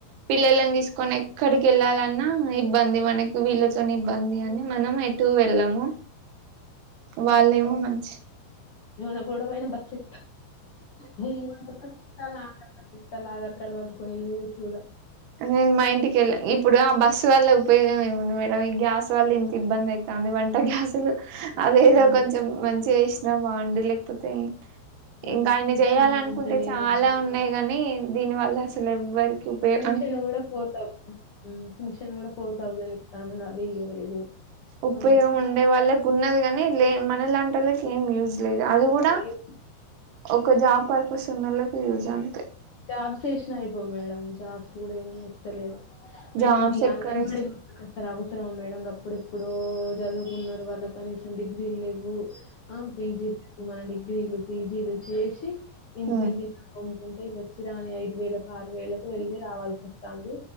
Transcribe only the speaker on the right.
పిల్లని తీసుకొని ఎక్కడికి వెళ్ళాలి ఇబ్బంది మనకి వీళ ఇబ్బంది అని మనం ఎటు వెళ్ళ అమ వాళ్ళేమో మంచి
నేను మా ఇంటికిెళ్ళా ఇప్పుడు ఆ బస్సు వల్ల ఉపయోగం ఏముంది మేడం ఈ గ్యాస్ వల్ల ఇంత ఇబ్బంది అవుతుంది వంట గ్యాస్ లు
అదేదో
కొంచెం మంచి ఇచ్చిన బాగుండు లేకపోతే
ఇంకా ఆయన
చేయాల
అనుకుంటే
చాలా ఉన్నాయి కాని దీని వల్ల అసలు ఎవ్వరికి ఉపయో
ఉపయోగం
ఉండే వాలే ఉన్నది గానీ లే మన లాంటి వాళ్ళకి ఏం యూ జ్ లేద్
అది కూడా
ఒక జాబ్ పర్పస్ ఉన్నోళ్ ఈ రోజ్ అంతే
జాబ్స్
ఎక్కడేస్
ఉమ్